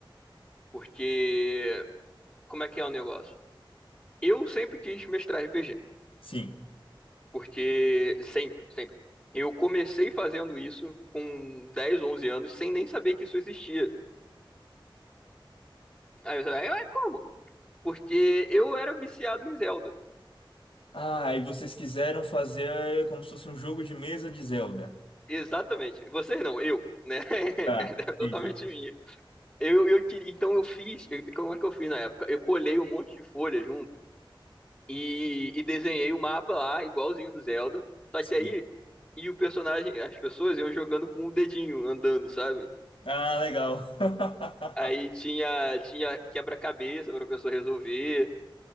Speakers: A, on the left (about 15°); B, on the left (about 80°).
A: porque como é que é o negócio? Eu sempre quis mestrar RPG.
B: Sim.
A: Porque sempre, sempre. Eu comecei fazendo isso com 10 11 anos, sem nem saber que isso existia. Aí você vai, mas como? Porque eu era viciado em Zelda.
B: Ah, e vocês quiseram fazer como se fosse um jogo de mesa de Zelda.
A: Exatamente. Vocês não, eu, né? <laughs>
B: Tá,
A: É totalmente
B: entendi.
A: minha. Eu, eu queria, então eu fiz, eu- como é que eu fiz na época? Eu colhei um monte de folha junto e, e desenhei o mapa lá, igualzinho no Zelda. Só
B: Sim.
A: que aí, e o personagem, as pessoas iam jogando com o dedinho, andando, sabe?
B: Ah, legal. <laughs>
A: Aí tinha, tinha quebra-cabeça pra pessoa resolver.